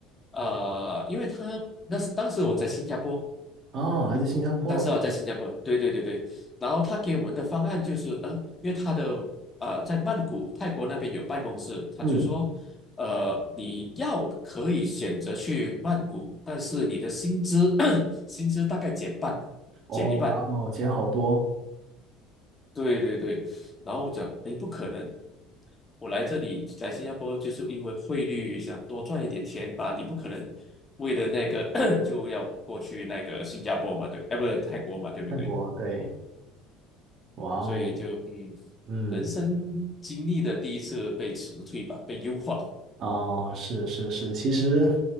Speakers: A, on the left; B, on the right.
A: 呃，因为他那时当时我在新加坡，
B: 哦，还是新加坡。
A: 当时我在新加坡，对对对对。然后他给我们的方案就是，嗯、因为他的呃在曼谷泰国那边有办公室，他就说，
B: 嗯，
A: 呃，你要可以选择去曼谷，但是你的薪资 <coughs> <clears throat> 薪资大概减半，
B: 哦，
A: 减一半。
B: 哇哦，钱好多，
A: 对对对。然后我讲，哎，不可能，我来这里来新加坡就是因为汇率想多赚一点钱吧，你不可能为了那个 <clears throat> 就要过去那个新加坡嘛，对，哎，不是泰国嘛，对不对？
B: 泰国，对，哇哦，
A: 所以就嗯，
B: 嗯。
A: 人生经历的第一次被辞退吧，被优化
B: 哦，是是是，其实